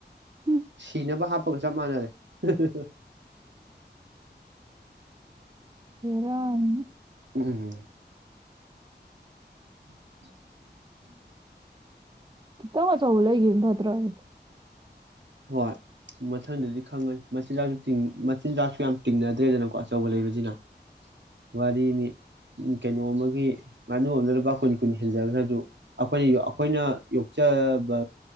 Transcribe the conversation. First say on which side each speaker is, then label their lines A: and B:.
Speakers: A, on the right; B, on the right.
A: ꯎꯝ
B: ꯁꯤꯅꯕ ꯍꯥꯞꯄꯒ ꯆꯞ ꯃꯥꯟꯅꯔꯦ ꯑ
A: ꯔꯥꯅꯤ
B: ꯎꯝ ꯎ
A: ꯀ ꯋꯥ ꯆ ꯑꯣꯂ ꯌꯦ ꯐꯇ꯭ꯔ ꯑꯣꯏꯦꯗꯤ
B: ꯍꯣꯏ ꯃꯊꯪꯗꯗꯤ ꯈꯪꯒꯅꯤ ꯃꯆꯤꯟꯖꯥꯛꯁꯨ ꯃꯆꯤꯟꯖꯥꯛꯁꯨ ꯌꯥꯝ ꯇꯤꯡꯅꯗ꯭ꯔꯦꯗꯅꯀꯣ ꯑꯆꯧꯕ ꯂꯩꯕꯁꯤꯅ ꯋꯥꯔꯤꯅꯤ ꯀꯩꯅꯣ ꯑꯃꯒꯤ ꯉꯥꯅꯨ ꯑꯃꯗ ꯂꯨꯄꯥ ꯀꯨꯟ ꯀꯨꯟ ꯍꯦꯟꯖꯈ꯭ꯔꯁꯨ ꯑꯩꯈꯣꯏꯅ ꯑꯩꯈꯣꯏꯅ ꯌꯣꯛꯆꯕ